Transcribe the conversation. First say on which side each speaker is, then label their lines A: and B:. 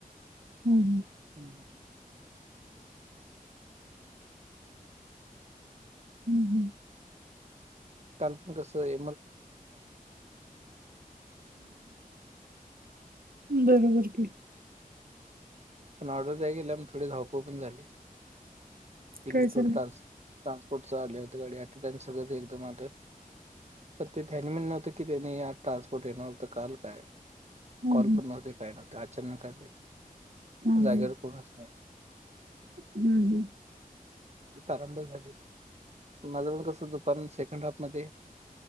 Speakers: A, on the right; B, on the right.
A: हम्म हं
B: हम्म्म....
A: हम्म हम्म
B: काल गं
A: हं बरोबर की
B: पण ऑर्डर दयाय गेल्यानं थोडी धावपळ पण झाली.. दीड
A: काय झालं
B: दोन तास ट्रान्सपोर्टचा लाईट गाडी ॲकीटन्स रोज एकदम आलं पर ते टायमिंग न्हवत की जेणे आज ट्रान्सपोर्ट येणार होतं काल काय
A: हम्म
B: कॉल पण नव्हते काय नव्हते अचानक आलेत....
A: हम्म
B: जागेवर
A: हम्म
B: कोणच नाय
A: हम्म हं
B: तारांबळ झाली... माझं पण कसं दुपार सेकंड हाफमध्ये